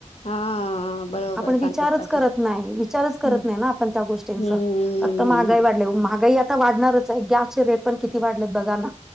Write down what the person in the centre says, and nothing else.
आपण विचारच
करत नाय... विचारच करत
नाय ना आपण त्या गोष्टी चा...
आता महागई वाढल्या... महागाई आता वाढणारच ए, गॅसचे रेट पण किती वाढलेत बघा ना